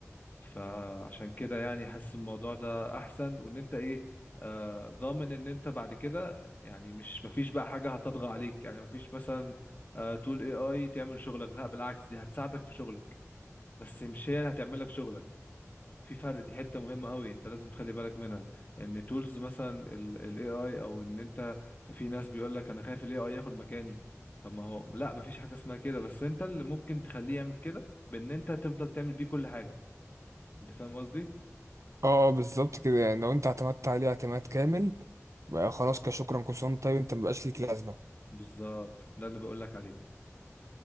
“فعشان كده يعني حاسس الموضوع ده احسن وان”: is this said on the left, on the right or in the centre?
Left